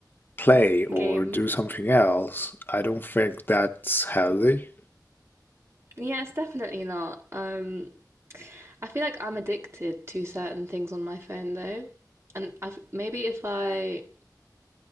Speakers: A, on the left (about 30°); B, on the right (about 40°).
A: play or
B: Game.
A: do something else, I don't think that's healthy.
B: Yeah, it's definitely not. Um, I feel like I'm addicted to certain things on my phone though. And I've, maybe if I,